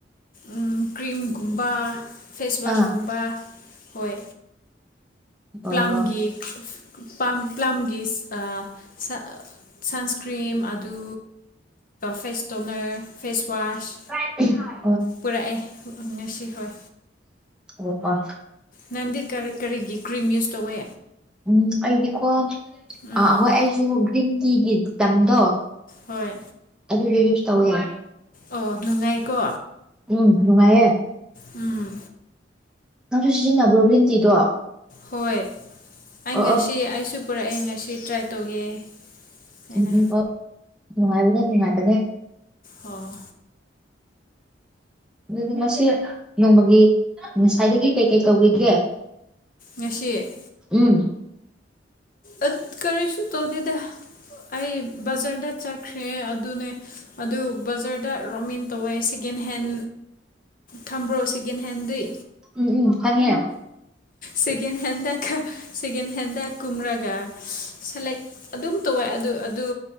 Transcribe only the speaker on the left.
ꯎꯝ ꯀ꯭ꯔꯤꯝꯒꯨꯝꯕ ꯐꯦꯁꯋꯥꯁꯀꯨꯝꯕ
ꯍꯣꯏ
ꯑꯝꯒꯤ ꯄꯝ ꯄ꯭ꯂꯝꯒꯤ ꯑꯥ ꯁꯥ ꯁꯟꯁꯀ꯭ꯔꯤꯝ ꯑꯗꯨ ꯐꯦꯁ ꯇꯣꯅꯔ ꯐꯦꯁꯋꯥꯁ
ꯄꯨꯔꯛꯑꯦ ꯉꯁꯤ ꯍꯣꯏ
ꯅꯪꯗꯤ ꯀꯔꯤ ꯀꯔꯤꯒꯤ ꯀ꯭ꯔꯤꯝ ꯌꯨꯁ ꯇꯧꯋꯦ
ꯎꯝ
ꯍꯣꯏ
ꯑꯣ ꯅꯨꯡꯉꯥꯏꯀꯣ
ꯎꯝ
ꯍꯣꯏ ꯑꯩ
ꯉꯁꯤ
ꯑꯩꯁꯨ ꯄꯨꯔꯛꯑꯦ ꯉꯁꯤ ꯇ꯭ꯔꯥꯏ ꯇꯧꯒꯦ ꯍꯥꯏꯅ
ꯍꯣꯏ
ꯉꯁꯤ
ꯑꯠ ꯀꯔꯤꯁꯨ ꯇꯧꯗꯦꯗ ꯑꯩ ꯕꯖꯥꯔꯗ ꯆꯠꯈ꯭ꯔꯦ ꯑꯗꯨꯅꯦ ꯑꯗꯨ ꯕꯖꯥꯔꯗ ꯔꯣꯃꯤꯟ ꯇꯧꯋꯦ ꯁꯦꯀꯦꯟ ꯍꯦꯟ ꯈꯝꯕ꯭ꯔꯣ ꯁꯦꯀꯦꯟ ꯍꯦꯟꯗꯤ
ꯁꯦꯀꯦꯟ ꯍꯦꯟꯗꯥ ꯈꯥ ꯁꯦꯀꯦꯟ ꯍꯦꯟꯗꯥ ꯀꯨꯝꯔꯥꯒ ꯁꯦꯂꯦꯛ ꯑꯗꯨꯝ ꯇꯧꯋꯦ ꯑꯗꯨ ꯑꯗꯨ